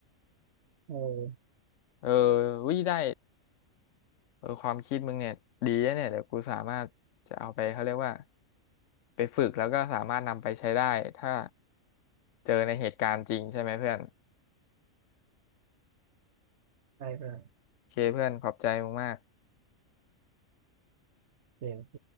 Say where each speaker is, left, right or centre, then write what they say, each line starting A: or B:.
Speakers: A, on the right; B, on the left.
A: โอ้
B: เออวิได้เออความคิดมึงเนี่ยดีนะเนี่ยเดี๋ยวกูสามารถจะเอาไปเขาเรียกว่าไปฝึกแล้วก็สามารถนำไปใช้ได้ถ้าเจอในเหตุการณ์จริงใช่ไหมเพื่อน
A: ใช่ครับ
B: โอเคเพื่อนขอบใจมึงมาก
A: โอเคโอเค